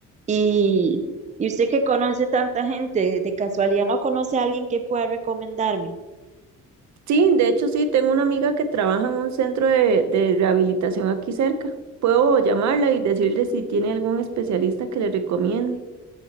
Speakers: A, on the right; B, on the right.
A: ¿Y, y usted que conoce tanta gente, de casualidad no conoce a alguien que pueda recomendarme?
B: Sí, de hecho sí, tengo una amiga que trabaja en un centro de, de rehabilitación aquí cerca. Puedo llamarla y decirle si tiene algún especialista que le recomiende.